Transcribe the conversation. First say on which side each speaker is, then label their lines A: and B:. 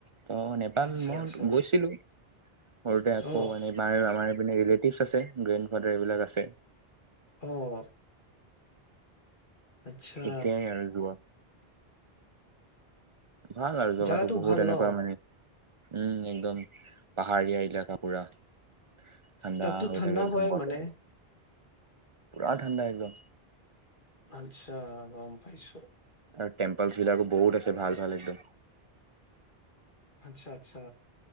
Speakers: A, on the right; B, on the left.
A: ত নেপাল
B: আচ্ছা,
A: মই
B: আচ্ছা।
A: গৈছিলো সৰুতে আকৌ
B: অ',
A: এবাৰ আমাৰ ৰিলেটিভ আছে গ্ৰেণ্ড ফডাৰ এইবিলাক আছে
B: উম আচ্ছা
A: তেতিয়াই আৰু যোৱা ভাল আৰু
B: জেগাটো
A: বহুত
B: ভাল
A: এনেকুৱা
B: ন
A: মানে উম একদম পাহাৰীয়া এলেকা পুৰা ঠাণ্ডা
B: তাততো
A: হৈ
B: ঠাণ্ডা
A: থাকে একদম
B: হয়
A: বতৰ
B: মানে?
A: পুৰা ঠাণ্ডা একদম
B: আচ্ছা গম পাইছো
A: আৰু টেম্পলছ বিলাকো বহুত আছে ভাল ভাল একদম
B: আচ্ছা আচ্ছা